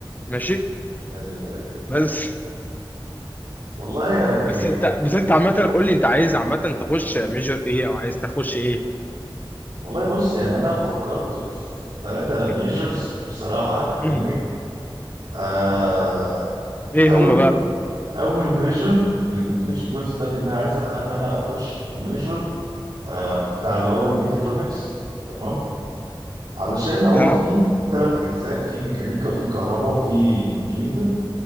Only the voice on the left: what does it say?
ماشي
بس
بس انت بس انت عامه قول لي انت عايز عامه تخش ميجر ايه او عايز تخش ايه
<laughs>
مم.
ايه
هم
بقى